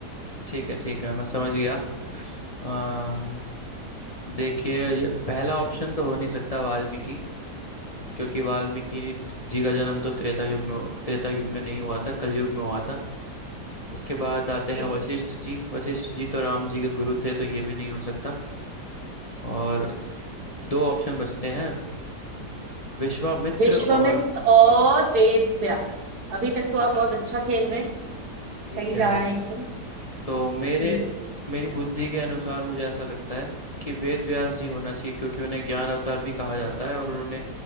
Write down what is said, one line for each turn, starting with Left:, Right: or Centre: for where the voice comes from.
Left: ठीक है ठीक है मैं समझ गया अ, देखिए ये पहला ऑप्शन तो हो नहीं सकता वाल्मीकि क्योंकि वाल्मीकि जी का जन्म तो त्रेता युग में त्रेता युग में नहीं हुआ था कलयुग में हुआ था उसके बाद आते
Right: ए,
Left: हैं वशिष्ठ जी वशिष्ठ जी तो राम जी के गुरु थे तो ये भी नहीं हो सकता और दो ऑप्शन बचते हैं विश्वामित्र
Right: विश्वामित्र
Left: और
Right: और
Left: और-
Right: वेद व्यास अभी तक
Left: ठीक
Right: तो आप बहुत
Left: है
Right: अच्छा खेल रहे हैं
Left: ठीक
Right: सही जा
Left: है
Right: रहे हैं एकदम
Left: तो मेरे
Right: जी
Left: मेरी बुद्धि के अनुसार मुझे ऐसा लगता है कि वेद व्यास जी होना चाहिए क्योंकि उन्हें ज्ञान अवतार भी कहा जाता है और उन्होंने